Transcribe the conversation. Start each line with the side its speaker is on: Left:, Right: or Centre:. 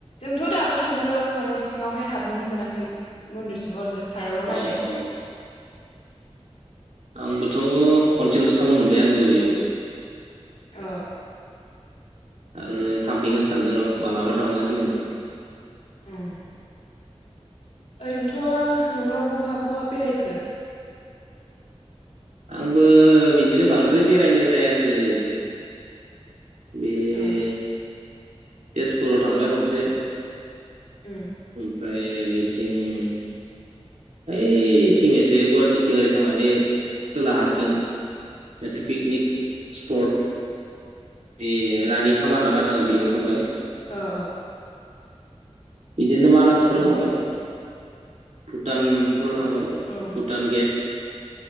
Left: जोंथ' दाबो थांफेरबाबो माने सिङावहाय हाबनोनो मोनाखै मन्दिर सिंङाव ओरैनो सायावल'
Right: औ
Left: नायनाय
Right: औ आंबोथ' खनसेल'सो थांनो मोनबाय आंबो बेयाव
Left: अ
Right: आरो थांफिगोन सानद र' मालाबा थांनांसिगोन
Left: उम ओरैनोथ' नोंङो बहा बहा बेरायखो
Right: आंबो बिदिनो बांद्राय बेरायनाय जायाखै बे
Left: ओ
Right: तेजपुराव थांबाय खनसे
Left: ओ
Right: ओमफ्राय बेतिं इथिं एसे गुवाहाटिथिं ओरै थांनानै खोलाहाथिं मोनसे पिकनिक स्पट बे रानि खामार नामाङो बेयाव थांबाय
Left: औ औ
Right: बिदिनो मानासफोराव
Left: उम
Right: थांबाय भुटान फोराव थांबाय
Left: औ
Right: भुटान गेट